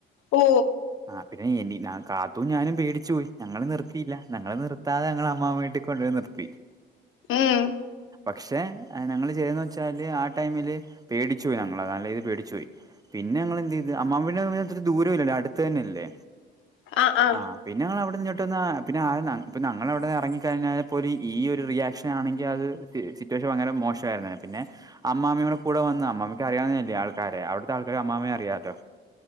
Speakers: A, on the left (about 75°); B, on the right (about 20°).
A: ഓ
B: ആഹ് പിന്നെ എനി നാൻ കാത്തും ഞാനും പേടിച്ചു പോയി ഞങ്ങള് നിർത്തിയില്ല ഞങ്ങള് നിർത്താതെ ഞങ്ങള് അമ്മാമ വീട്ടി കൊണ്ടുപോയി നിർത്തി
A: ഉം
B: പക്ഷെ ഞങ്ങള് ചെയ്തന്ന് വെച്ചാല് ആഹ് ടൈമില് പേടിച്ചുപോയി ഞങ്ങൾ നല്ല രീതിയിൽ പേടിച്ചുപോയി പിന്നെ ഞങ്ങള് എന്ത് ചെയ്ത് അമ്മാമ വീട് ഒത്തിരി ദൂരയില്ലല്ലോ അടുത്തു തന്നെല്ലേ
A: ആ ആ
B: ആഹ് പിന്നെ ഞങ്ങളവിടെന്നിങ്ങോട്ട് വന്ന് പിന്നെ ആഹ് ഇപ്പോൾ ഞങ്ങളവിടെന്ന് ഇറങ്ങിക്കഴിഞ്ഞാൽ പോലും ഈയ്യൊരു റിയാക്ഷനാണെങ്കിൽ അത് സിറ്റുവേഷൻ ഭയങ്കര മോശമായിരുന്നേനെ പിന്നെ അമ്മാമയും കൂടെ വന്ന് അമ്മാമ്മയ്ക്ക് അറിയാവുന്നതല്ലേ ആൾക്കാരെ അവിടുത്തെ ആൾക്കാരെ അമ്മാമയും അറിയാലോ